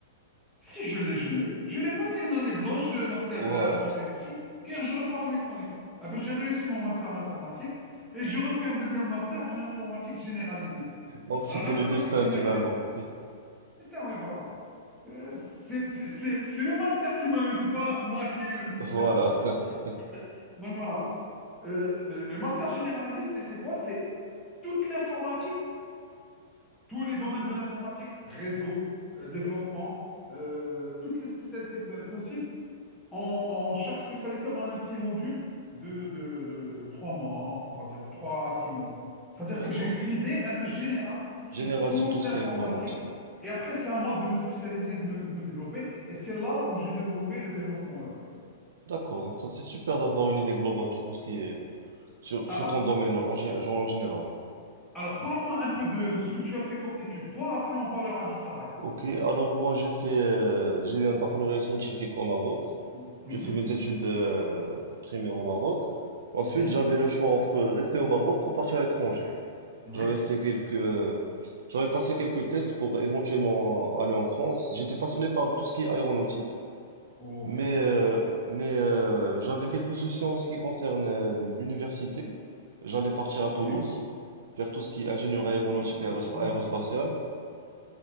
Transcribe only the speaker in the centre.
Si je l'ai, je l'ai. Je l'ai passé une année blanche, euh, master
euh, non réussi. Hier, je repars en électronique. Ah ben, j'ai réussi mon master en informatique et je refais un deuxième master en informatique généralisée.
Alors,
l'informatique
généralisée,
oui, voilà. Euh, c'est c'est- c'est- c'est le master qui m'a eu, c'est pas moi qui ai eu le master,
en fait.
Donc, voilà. Euh, le, le master généralisé, c'est c'est quoi? C'est toute l'informatique, tous les domaines de l'informatique, réseau, euh, développement, euh, toutes les spécialités euh, possibles En, en chaque spécialité, on a un petit module de, de, de 3 mois, on va dire, ou 3 à 6 mois. C'est-à-dire
que j'ai une idée un peu générale sur
toute
l'informatique.
Et après, c'est à moi de me spécialiser, de me, de me développer. Et c'est là où j'ai développé le développement web.
Alors,
alors parle-moi un peu de ce que tu as fait comme étude. Toi, après, on parlera du travail.
Mm- mhm,
mhm,
oui.
Oh,
très bien.
Oui,
oui.
Tou- oui,
Toulouse.